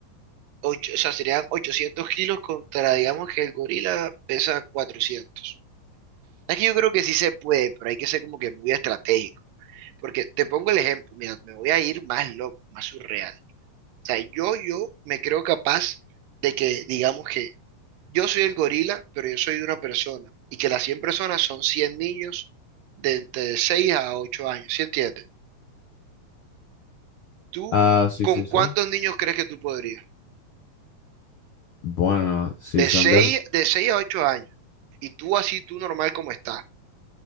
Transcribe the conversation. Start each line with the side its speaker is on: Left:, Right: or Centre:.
Right: ocho- o sea, serían 800 kilos contra, digamos que el gorila pesa 400. Aquí yo creo que sí se puede, pero hay que ser como que muy estratégico. Porque te pongo el ejemplo, mira, me voy a ir más loco, más surreal. sea, yo, yo me creo capaz de que, digamos que yo soy el gorila, pero yo soy una persona y que las 100 personas son 100 niños de entre 6 a 8 años, ¿sí entiendes? ¿Tú
Left: Ah, sí,
Right: con
Left: sí,
Right: cuántos
Left: sí.
Right: niños crees que tú podrías?
Left: Bueno, si
Right: De
Left: son
Right: seis
Left: de...
Right: de 6 a 8 años. Y tú así, tú normal como estás.